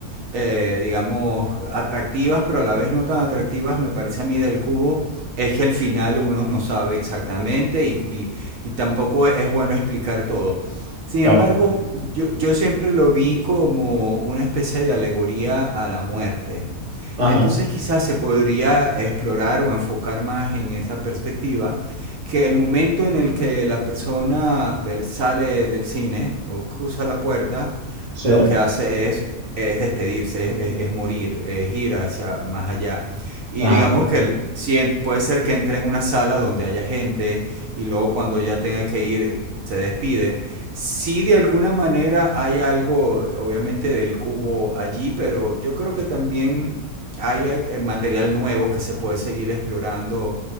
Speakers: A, on the right; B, on the right.
A: eh, digamos, atractivas, pero a la vez no tan atractivas, me parece a mí del cubo, es que al final uno no sabe exactamente y, y- y tampoco es bueno explicar todo. Sin
B: Claro.
A: embargo, yo, yo siempre lo vi como una especie de alegoría a la muerte.
B: Ajá.
A: Entonces quizás se podría explorar o enfocar más en esa perspectiva, que el momento en el que la persona eh, sale del cine o cruza la puerta,
B: Sí.
A: lo que hace es, es despedirse, es, es- es morir, es ir hacia más allá. Y
B: Ajá.
A: digamos
B: Vale,
A: que el- si en- puede ser que entre en una sala donde haya gente y luego cuando ya tenga que ir se despide. Sí, de alguna manera hay algo, obviamente, del cubo allí, pero yo creo que también hay eh, material nuevo que se puede seguir explorando